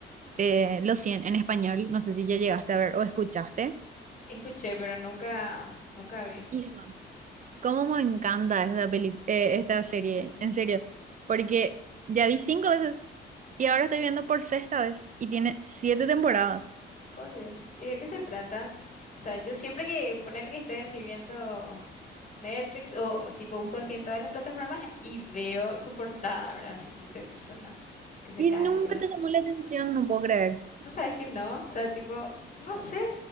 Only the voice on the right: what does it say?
eh, Los 100 en español, no sé si ya llegaste a ver o escuchaste.
Y Cómo me encanta esta peli- eh, esta serie,
en serio, porque ya vi cinco veces y ahora estoy viendo por sexta vez y tiene siete temporadas
y
nunca
te llamó la atención, no puedo creer.